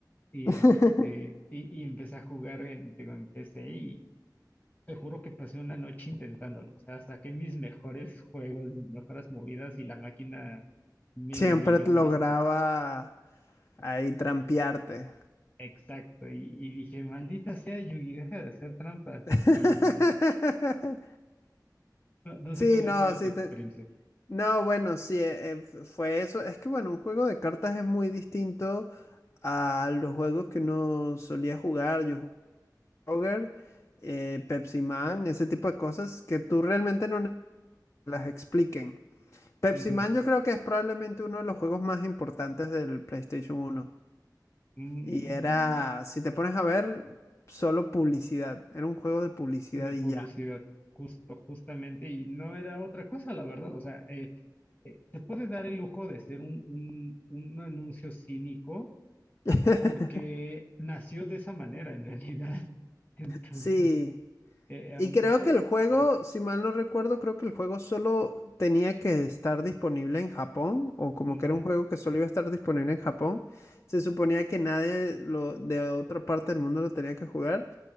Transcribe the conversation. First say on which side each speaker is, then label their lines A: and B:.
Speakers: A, on the left; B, on the left.
A: Y
B: <laughs>
A: este, y, y empecé a jugar en, digo, en PC y te juro que pasé una noche intentándolo. O sea, saqué mis mejores juegos, mis mejores movidas y la máquina me
B: Siempre
A: humilló,
B: te lograba
A: me escupió.
B: ahí trampearte.
A: Exacto. Y, y dije, maldita sea, Yugi, deja de hacer trampa.
B: <laughs>
A: Y no, no
B: Sí,
A: sé cuál ha
B: no,
A: sido
B: sí,
A: tu experiencia.
B: te- no, bueno, sí, eh, eh, f- fue eso. Es que, bueno, un juego de cartas es muy distinto a los juegos que uno solía jugar. Yo Kroger, eh, Pepsi Man, ese tipo de cosas que tú realmente no ne- las expliquen. Pepsi
A: Ujú.
B: Man yo creo que es probablemente uno de los juegos más importantes del PlayStation uno
A: Mm,
B: Y era, si te pones a ver, solo publicidad. Era un juego de publicidad
A: de
B: y
A: publicidad.
B: ya.
A: Justo, justamente, y no era otra cosa, la verdad. O sea, eh, eh, se puede dar el lujo de ser un, un, un anuncio cínico
B: <laughs>
A: porque nació de esa manera en realidad. <laughs> Entonces,
B: Sí.
A: eh, em,
B: Y creo
A: eh,
B: que el juego,
A: ah,
B: si mal no recuerdo, creo que el juego solo tenía que estar disponible en Japón, o como
A: ujú,
B: que era un juego que solo iba a estar disponible en Japón. Se suponía que nadie lo, de otra parte del mundo lo tenía que jugar,